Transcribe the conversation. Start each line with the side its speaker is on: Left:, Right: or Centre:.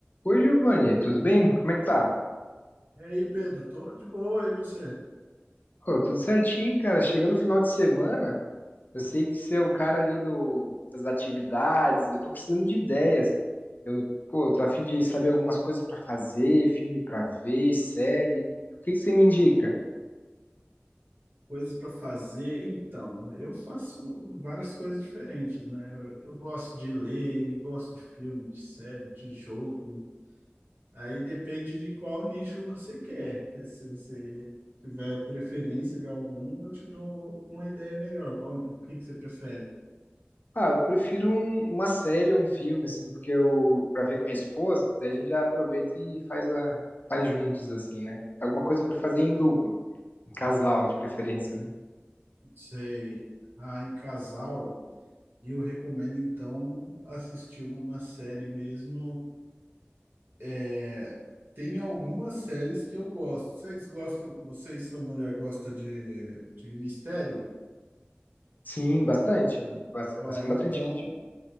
Left: Oi, Giovanni, tudo bem? Como é que tá?
Right: E aí, Pedro, tô de boa, aí você?
Left: Pô, tudo certinho, cara. Chegando no final de semana, eu sei que você é o cara ali do, das atividades, eu tô precisando de ideias. Eu, pô, tô a fim de saber algumas coisas pra fazer, filme pra ver, série. O que que você me indica?
Right: Coisas para fazer? Então, eu faço várias coisas diferentes, né? Eu, eu gosto de ler, gosto de filme, de série, de jogo. Aí depende de qual nicho você quer. Se você tiver preferência de algum, eu te dou uma ideia melhor. Qual, o que que você prefere?
Left: Ah, eu prefiro um- uma série ou um filme, assim, porque eu, pra ver com minha esposa, daí a gente já aproveita e faz a, faz juntos, assim, né? Alguma coisa pra fazer em dupla, em casal, de preferência, né?
Right: Sei. Ah, em casal, eu recomendo então assistir uma série mesmo. É, tem algumas séries que eu gosto. Vocês gostam, você e sua mulher gostam de, de mistério?
Left: Sim, bastante. Eu bas-
Right: Ó,
Left: eu gosto
Right: então
Left: bastante